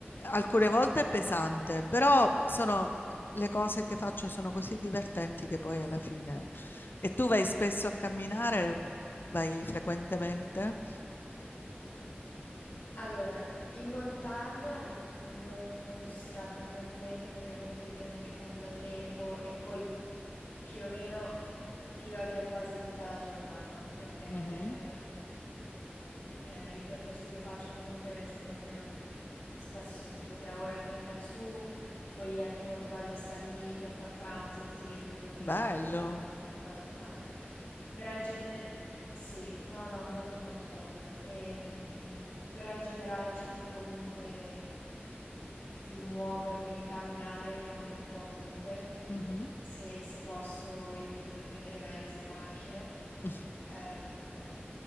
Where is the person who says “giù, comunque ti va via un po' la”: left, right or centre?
Left